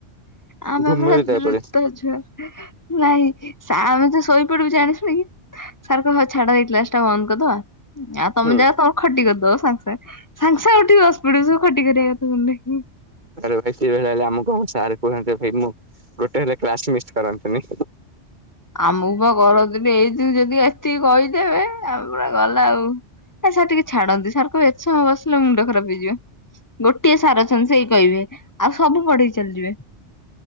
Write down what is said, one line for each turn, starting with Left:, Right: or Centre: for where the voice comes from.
Left: ଆମେ
Right: ଘୁମେଇଲି
Left: ପୁରା
Right: ତାପରେ
Left: ଦ୍ରୁତ ଛୁଆ। ନାଇଁ ସା ଆମେ ଯାଉ ଶୋଇପଡିବୁ ଜାଣି ଶୁଣି କି। ସାର୍ କହିବେ ହଉ ଛାଡ ଏଇକ୍ଲାସ ଟା ବନ୍ଦ କରିଦବା। ଆଉ ତମେ
Right: ହୁଁ।
Left: ଯାହା ତମର ଖଟି କରିଦବ ସାଙ୍ଗେସାଙ୍ଗେ। ସାଙ୍ଗେସାଙ୍ଗେ। ଉଠିକି ବସି ପଡ଼ିବୁ ସବୁ ଖଟି କରିବାକଥା ସୁଣିଦେଇକି।
Right: ଆରେ ଭାଇ ସେଇ ଭଲିଆ ହେଲେ ଆମକୁ ଆମ ସାର୍ କୁହନ୍ତେ ଭାଇ ମୁଁ। ଗୋଟେ ହେଲେ କ୍ଲାସ ମିଷ୍ଟ। କରନ୍ତିନିି।
Left: ଆମକୁ ବା କରନ୍ତିନି ଏଇ ଯୋଉ ଯଦି ଏତିକି କହିଦେବେ ଆମ ପୁରା ଗଲା ଆଉ। ଏ ସାର୍ ଟିକେ ଛାଡନ୍ତୁ ସାର୍ କହିବେ ଏତେ ସମୟ ବସିଲେ ମୁଣ୍ଡ ଖରାପ ହେଇଯିବ। ଗୋଟିଏ ସାର୍ ଅଛନ୍ତି ସେଇ କହିବେ ଆଉ ସବୁ ପଢେଇି ଚାଲିଯିବେ।